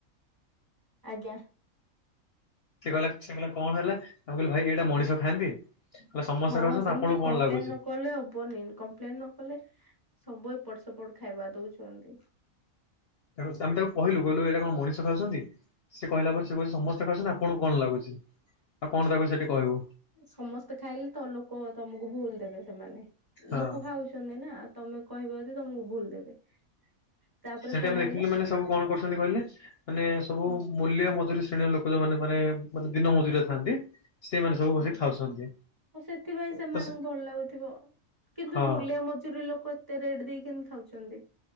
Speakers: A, on the right; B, on the left.
A: ଆଜ୍ଞା।
B: ସେ କହିଲା ସେ କହିଲ କଣ ହେଲା ଆମେ କହିଲୁ ଭାଇ ଏଇଟା ମଣିଷ ଖାଆନ୍ତି? କହିଲା ସମସ୍ତେ
A: ହଁ
B: ଖାଉଛନ୍ତି
A: ସେମିତି
B: ଆପଣଙ୍କୁ
A: କମ୍ପ୍ଲେନ
B: କଣ ଲାଗୁଛି
A: ନକଲେ ହବନ। କମ୍ପ୍ଲେନ ନ କଲେ ସବୁ ଏପଟ ସେପଟ ଖାଇବା ଦଉଛନ୍ତି।
B: ତା ଆମେ ତାକୁ କହିଲୁ କହିଲୁ ଏଇଟା କଣ ମଣିଷ ଖାଉଛନ୍ତି। ସେ କହିଲା ପରେ ସେ କହୁଚି ସମସ୍ତେ ଖାଉସନ୍ତି ଆପଣଙ୍କୁ କଣ ଲାଗୁଛି? ଆଉ କଣ ତାକୁ ସେଠି କହିବୁ
A: ସମସ୍ତେ ଖାଇଲେ ତ ଲୋ ଲୋକ ତମକୁ ଭୁଲ ଦେବେ ସେମାନେ
B: ହଁ।
A: ଲୋକ ଖାଉସ ଛନ୍ତି ନା ତମେ କହିବ ଯଦି ତମକୁ ଭୁଲ ଦେବେ। ତାପରେ
B: ସେଟା
A: କୁଆଡେ
B: ମ୍ରେକଲି
A: ଗଲେ
B: ମାନେ ସବୁ କଣ କରୁଛନ୍ତି କହିଲେ? ମାନେ ସବୁ
A: ହୁଁ
B: ମୂଲିଆ ମଜୁରୀ ଶ୍ରେଣୀଅ ଲୋକ ଯୋଉମାନେ ମାନେ ଦିନ ମଜୁରରିଆ ଥାନ୍ତି ସେଇମାନେ ସବୁ
A: ହଁ
B: ବସିକି ଖାଉଛନ୍ତି।
A: ଆଉ ସେଥିପାଇଁ ସେମାନଙ୍କୁ
B: ତ ସେ
A: ଭଲ ଲାଗୁଥିବ। କିନ୍ତୁ
B: ହଁ
A: ମୂଲିଆ ମଜୁରୀ ଲୋକ ଏତେ ରେଟ ଦେଇ କେମତି ଖାଉଛନ୍ତି?